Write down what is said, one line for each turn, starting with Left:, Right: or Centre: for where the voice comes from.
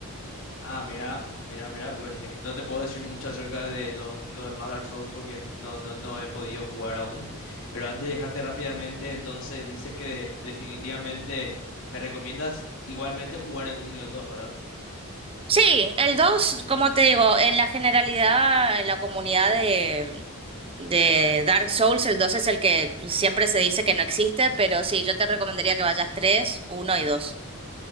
Left: Ah, mira, mira, mira. pues que No te puedo decir mucho acerca de lo, lo demás Dark Souls porque no, no, no he podido jugar aún. Pero antes de dejarte rápidamente, entonces dice que definitivamente me recomiendas igualmente jugar el uno y el dos ¿verdad?
Right: Sí, el 2 como te digo, en la generalidad, en la comunidad de, de Dark Souls, el 2 es el que siempre se dice que no existe, pero sí, yo te recomendaría que vayas tres uno y dos